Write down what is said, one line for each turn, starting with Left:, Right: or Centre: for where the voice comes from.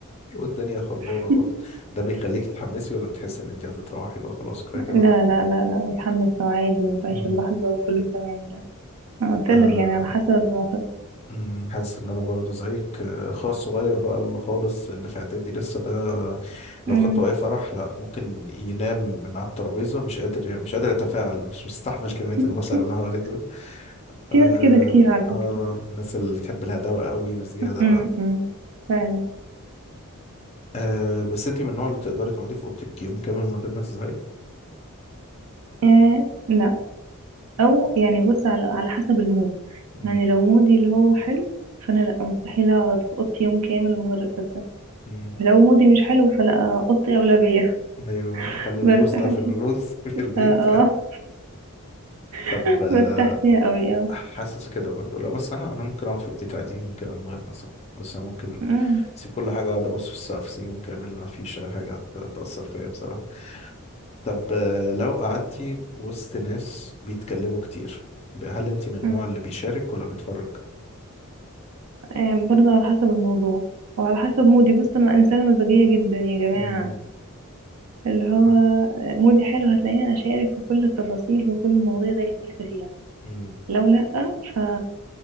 Left: والدنيا خربانة
Right: <laughs>
Left: خالص ده بيخليك تتحمسي ولا بتحس ان انت عايزة تروحي بقى خلاص كفاية
Right: لا
Left: كده
Right: لا لا لا بتحمس وعادي وبعيش
Left: امم
Right: اللحظه وكله تمام لا أنا قلت
Left: آه
Right: لك يعني على حسب الموقف
Left: امم حاسس ان انا برضو زيك آه، اخويا الصغير بقى اللي خالص اللي في اعدادي لسه ده لو
Right: أمم.
Left: خدته اي فرح لا ممكن ينام من على الترابيزه مش قادر مش قادر يتفاعل مش مستحمل <laughs> كميه
Right: <laughs>
Left: البشر اللي حواليه دول
Right: في
Left: اه
Right: ناس كده كتير على فكره
Left: اه الناس اللي بتحب الهداوه قوي بزياده
Right: أمم،
Left: بقى
Right: أمم. فعلا
Left: أه بس انت من النوع اللي تقدري تقعدي في اوضتك يوم كامل من غير ما تزهقي
Right: آه لا او يعني بص على على حسب المود
Left: مم.
Right: يعني لو مودي اللي هو حلو فانا لا مستحيل اقعد في اوضتي يوم كامل من غير اتغدى
Left: مم.
Right: فلو مودي مش حلو فلا اوضتي اولويه
Left: ايوه
Right: <laughs>
Left: خلي البوز
Right: برتاح
Left: ده
Right: فيها
Left: في البوز <laughs> في البيت
Right: اه اه
Left: طب
Right: <laughs>
Left: آه،
Right: برتاح فيها قوي اه
Left: حاسس كده برضه لا بس انا انا ممكن اقعد في البيت عادي يوم كامل من غير ما أزهق. بس انا ممكن
Right: أمم،
Left: اسيب كل حاجه اقعد ابص في السقف يوم كامل ما فيش اي حاجه هت- هتاثر فيا بصراحه طب آه، لو قعدتي وسط ناس بيتكلموا كتير بقى، هل انت من النوع
Right: أمم.
Left: اللي بيشارك ولا بيتفرج
Right: آه، برضه على حسب الموضوع وعلى حسب مودي بص انا انسانه مزاجيه جدا يا جماعه
Left: مم.
Right: اللي هو
Left: <laughs>
Right: مودي حلو هتلاقيني اشارك في كل التفاصيل وكل المواضيع دايسه فيها
Left: مم.
Right: لو لا ف